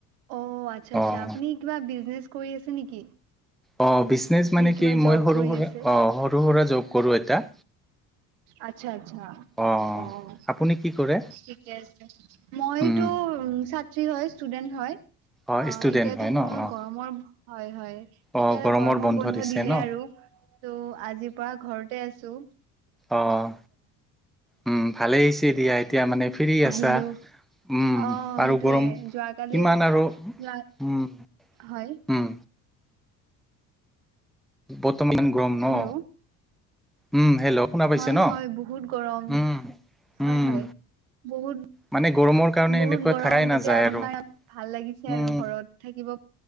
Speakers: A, on the right (about 75°); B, in the centre.
A: অহ, আচ্ছা -আচ্ছা।
B: অঁ
A: আপুনি কিবা বিজনেচ কৰি আছে নেকি?
B: অহ, বিজনেচ
A: নে
B: মানে কি!
A: কিবা
B: মই
A: জব
B: সৰু
A: কৰি
B: সুৰা
A: আছে
B: অহ, সৰু সুৰা জব কৰোঁ এটা।
A: আচ্ছা- আচ্ছা,
B: অঁ
A: অহ- অহ।
B: আপুনি কি কৰে
A: ঠিকে আছে। মইতো
B: উম
A: উম, ছাত্ৰী হয়, ষ্টুডেন্ট হয়।
B: অঁ
A: অহ,
B: ষ্টুডেণ্ট
A: এতিয়াতো
B: হয় ন
A: মোৰ
B: অঁ
A: গৰমৰ হয় -হয়
B: অঁ
A: এতিয়া গৰমৰ বন্ধ
B: দিছে
A: দিলে
B: ন
A: আৰু। তো' আজিৰ পৰা ঘৰতে আছোঁ।
B: অহ, উম ভালেই হৈছে দিয়া এতিয়া মানে- ফ্ৰী
A: আহিলো
B: আছা, উম
A: অ
B: আৰু
A: সেইটোয়ে
B: গৰম
A: যোৱাকালি
B: কিমান আৰু
A: যোৱা
B: উম।
A: হয়।
B: উম। বৰ্তমান গৰম ন!
A: হেল্ল'
B: উম, হেল্ল'। শুনা পাইছে
A: হয়
B: ন?
A: হয় বহুত গৰম
B: উম,
A: হয়
B: উম।
A: হয় বহুত।
B: মানে গৰমৰ কাৰণে
A: বহুত
B: এনেকুৱা
A: গৰম,
B: থাকাই নাযায়
A: এতিয়া বন্ধ
B: আৰু।
A: ভাল লাগিছে
B: উম
A: আৰু ঘৰত থাকিব।